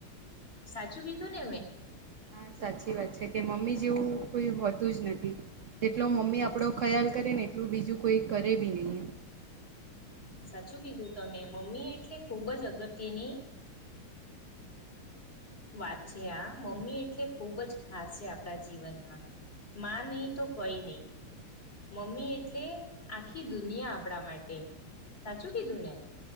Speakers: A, on the left; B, on the right.
A: સાચું કીધું ને મેં?
B: હા, સાચી વાત છે કે મમ્મી જેવું કોઈ હોતું જ નથી. જેટલો મમ્મી આપડો ખ્યાલ ક રે ને એટલું બીજું કોઈ કરે બે નહી.
A: સાચું કીધું તમે મમ્મી એટલે ખુબ જ અગત્યની વાત છે આ મમ્મી એટલે ખુબ જ ખાસ છે આપડા જીવનમાં. માં નહી તો કોઈ નહીં. મમ્મી એટલે આખી દુનિયા આપડા માટે. સાચું કીધું ને?